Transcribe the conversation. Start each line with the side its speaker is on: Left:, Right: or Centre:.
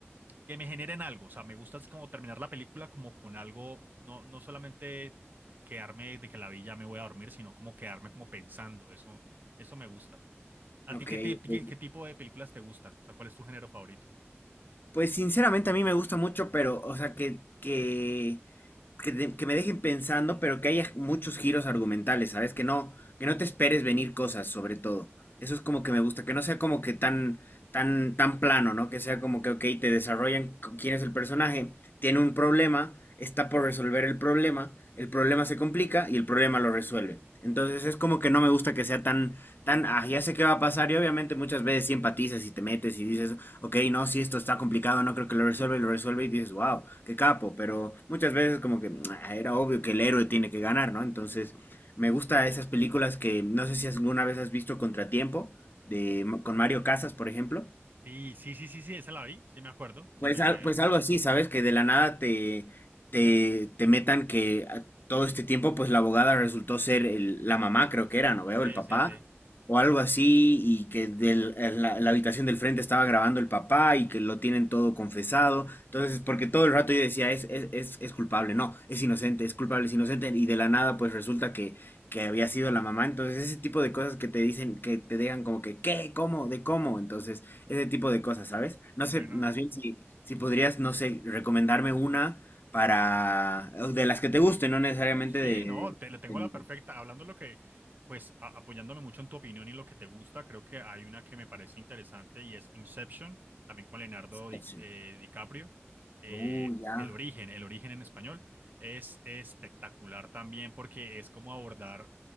Right: que me generen algo. O sea, me gusta es como terminar la película como con algo, no, no solamente quedarme de que la vi ya me voy a dormir, sino como quedarme como pensando. Eso, eso me gusta. ¿A
Left: ok,
Right: ti qué, ti- qué,
Left: ok.
Right: qué tipo de películas te gustan? O sea, ¿cuál es tu género favorito?
Left: Pues sinceramente a mí me gusta mucho, pero, o sea, que, que que, de- que me dejen pensando, pero que haya muchos giros argumentales, ¿sabes? Que no, que no te esperes venir cosas, sobre todo. Eso es como que me gusta, que no sea como que tan, tan, tan plano, ¿no? Que sea como que, ok, te desarrollan c- quién es el personaje, tiene un problema, está por resolver el problema, el problema se complica y el problema lo resuelve. Entonces es como que no me gusta que sea tan, tan, ah, ya sé qué va a pasar y obviamente muchas veces sí empatizas y te metes y dices, ok, no, si esto está complicado, no creo que lo resuelva y lo resuelve y dices, wow, qué capo, pero muchas veces como que "Ah, era obvio que el héroe tiene que ganar, ¿no? Entonces, me gusta esas películas que no sé si alguna vez has visto Contratiempo, de, con Mario Casas, por ejemplo.
Right: Sí, sí, sí, sí, sí, esa la vi, sí me acuerdo. Sí,
Left: Pues,
Right: me,
Left: al-
Right: me...
Left: pues algo así, ¿sabes? Que de la nada te, te, te metan que a- todo este tiempo, pues la abogada resultó ser el- la mamá, creo que era, ¿no veo?
Right: Sí,
Left: El papá,
Right: sí, sí.
Left: o algo así, y que del, en la, la habitación del frente estaba grabando el papá y que lo tienen todo confesado. Entonces, porque todo el rato yo decía, es, es, es, es culpable, no, es inocente, es culpable, es inocente, y de la nada, pues resulta que, que había sido la mamá. Entonces, ese tipo de cosas que te dicen, que te dejan como que, ¿qué? ¿Cómo? ¿De cómo? Entonces ese tipo de cosas, ¿sabes? No
Right: Bueno.
Left: sé, más bien si, si podrías, no sé, recomendarme una para, de las que te gusten, no necesariamente
Right: Pues sí,
Left: de,
Right: no, te le tengo
Left: de mi
Right: la perfecta. Hablando lo que, pues a- apoyándome mucho en tu opinión y en lo que te gusta, creo que hay una que me parece interesante y es Inception, también con Leonardo
Left: situación.
Right: Di- eh, DiCaprio. Eh,
Left: Uh, ya.
Right: El origen, el origen en español, es espectacular también porque es como abordar